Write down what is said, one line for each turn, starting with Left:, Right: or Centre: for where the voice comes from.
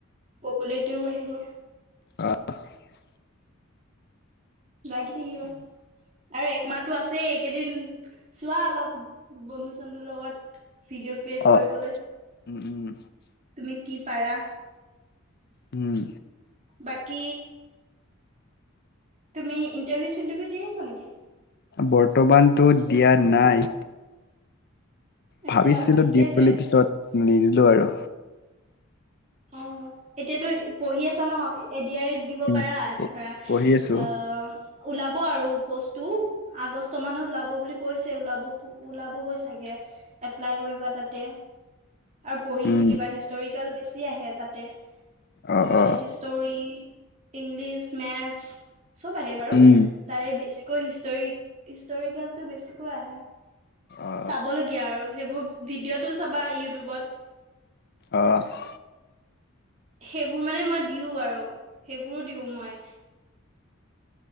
Right: পপুলেটিও বাহিব।
Left: অ' <unintelligible>
Right: লাগি থাকিবা আৰু এক মাতো আছেই। এইকেইদিন চোৱা অলপ বন্দু-চন্দুৰ লগত ভিডিঅ' ক্ৰিয়েট
Left: অ
Right: কৰিবলৈ
Left: উম উম
Right: তুমি কি পাৰা?
Left: উম।
Right: বাকী তুমি ইণ্টাৰভিউ-চিণ্টাৰভিউ দি আছা নেকি?
Left: বৰ্তমানটো দিয়া নাই।
Right: আচ্ছা
Left: ভাবিছিলোঁ
Right: ঠিকে
Left: দিম
Right: আছে
Left: বুলি পিছত নিদিলোঁ আৰু।
Right: অ' এতিয়াতো ই পঢ়ি আছা ন? ই এডিয়াৰিত দিব
Left: উম
Right: পাৰা ধৰা
Left: পঢ়ি আছো
Right: আ ওলাব আৰু পোষ্টটো। আগষ্ট মানত ওলাব বুলি কৈছে। ওলাব ও-ওলাবগৈ চাগে। এপ্লাই কৰিবা তাতে। আৰু পঢ়ি
Left: উম
Right: থাকিবা। হিষ্টৰিকেল বেছ ছি আহে তাতে।
Left: অ
Right: ধৰা
Left: অ
Right: হিষ্টৰী, ইংলিছ, মেটছ চব আহে বাৰু।
Left: উম
Right: তাৰে বেছিকৈ হিষ্টৰি হিষ্টৰিকেলতো বেছিকৈ আহে।
Left: অ
Right: চাবলগীয়া আৰু সেইবোৰ ভিডিঅ'টো চাবা ইউটুবত।
Left: অহ।
Right: সেইবোৰ মানে মই দিওঁ আৰু সেইবোৰো দিওঁ মই।